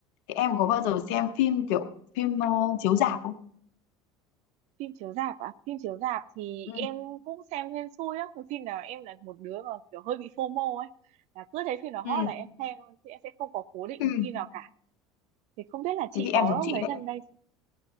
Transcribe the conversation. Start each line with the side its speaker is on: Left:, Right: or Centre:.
Left: thì em có bao giờ xem phim kiểu phim ờ, chiếu rạp không
Right: phim chiếu rạp à phim chiếu rạp thì
Left: ừ
Right: em cũng xem hên xui á Cái phim nào em là một đứa mà kiểu hơi bị FOMO ấy là cứ thấy phim nào hot
Left: ừ
Right: là em xem thôi chứ em sẽ không có cố định
Left: ừ
Right: một phim nào cả thì không biết là chị
Left: thế thì em
Right: có
Left: giống chị
Right: mấy
Left: đấy
Right: gần đây